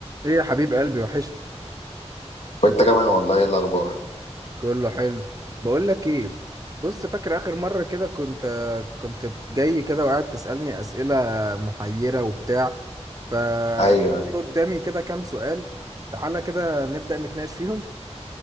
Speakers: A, on the right; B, on the left.
A: ايه يا حبيب قلبي وحشت
B: وانت كمان والله ايه الاخبار
A: كله حلو بقول لك ايه بص فاكر اخر مره كده كنت كنت جاي كده وقاعد تسالني اسئله محيره وبتاع ف
B: ايوه
A: في قدامي كده كام سؤال تعالى كده نبدا نتناقش فيهم